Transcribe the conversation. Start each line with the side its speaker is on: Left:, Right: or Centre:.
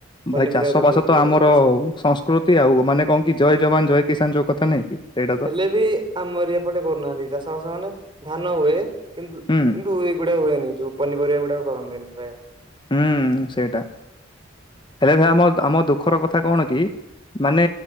Right: ପନିପରିବା
Left: ଭାଇ ଚାଷ
Right: ଲଗଉଥୁଲେ
Left: ବାସ ତ ଆମର
Right: କିଛି ନି
Left: ସଂସ୍କୃତି ଆଉ ମାନେ କଁ କି ଜୟ ଯବାନ ଜୟ କିଷାନ ଯୋଉ କଥା ନାଇଁ କି? ସେଇଟା ତ
Right: ହେଲେ ବି ଆମରି ଏପଟେ କରୁନାହାନ୍ତି ଚାଷ ବାସ ମାନେ ଧାନ ହୁଏ। କିନ୍ତୁ
Left: ହୁଁ
Right: କିନ୍ତୁ ଏଗୁଡ଼ା ହୁଏନି ଯୋଉ ପନିପରିବା ଗୁଡ଼ାକ କରନ୍ତିନି ପ୍ରାୟ।
Left: ହୁଁ ସେଇଟା ହେଲେ ଭାଇ ଆମ ଆମ ଦୁଃଖର କଥା କଣ କି ମାନେ